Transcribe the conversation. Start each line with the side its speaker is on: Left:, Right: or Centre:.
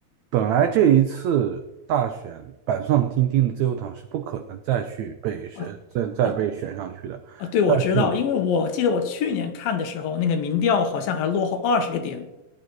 Right: 本来这一次大选板上钉钉的自由党是不可能再去被选，
Left: 啊。
Right: 再再被选上去的，
Left: 啊啊，对，我知道，
Right: 但是
Left: 因为我记得我去年看的时候，那个民调好像还落后二十个点，